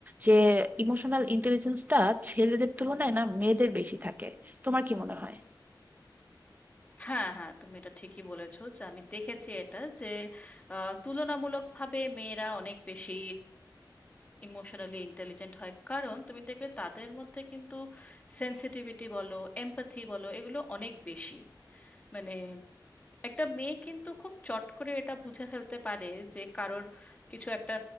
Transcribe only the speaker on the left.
হ্যাঁ হ্যাঁ তুমি এটা ঠিকই বলেছো যে আমি দেখেছি এটা যে আহ, তুলনামূলকভাবে মেয়েরা অনেক বেশি ইমোশনালি ইন্টেলিজেন্ট হয় কারণ তুমি দেখবে তাদের মধ্যে কিন্তু সেন্সিটিভিটি বলো এমপ্যাথি বলো এগুলো অনেক বেশি মানে একটা মেয়ে কিন্তু খুব চট করে এটা বুঝে ফেলতে পারে যে কারোর কিছু একটা